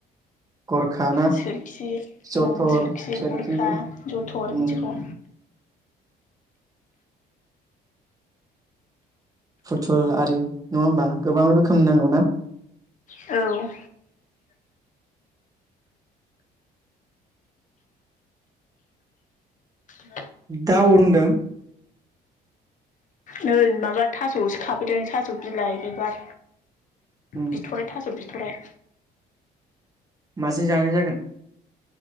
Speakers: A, on the right; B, on the left.
A: गरखा ना
B: सोरखि
A: जथर
B: ओं
A: सोरखि
B: गरखा जथर
A: उम
B: बिदिखौ
A: फुथुल आरि नङा होमबा गोबां रोखोमनि नांगौ ना?
B: औ <unintelligible>
A: दा अ होनदों
B: नै माबा थास'सो खाफैदों थास' बिलाइ बिबार
A: उम
B: बिथ'राय थास' बि थ'राय।
A: माजों जानाय जागोन?